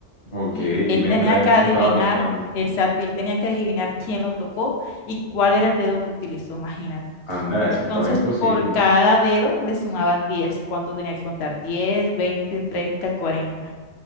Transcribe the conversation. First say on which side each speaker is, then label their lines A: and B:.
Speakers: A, on the left; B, on the left.
A: Ok,
B: Y
A: y
B: él
A: mientras
B: tenía
A: él
B: que adivinar,
A: estaba contando,
B: exacto, y él tenía que adivinar quién lo tocó y cuál era el dedo que utilizó, imagínate.
A: anda,
B: Entonces,
A: eso estaba imposible.
B: por cada dedo le sumaban diez, ¿Cuánto tenía que contar? diez, veinte, treinta, cuarenta.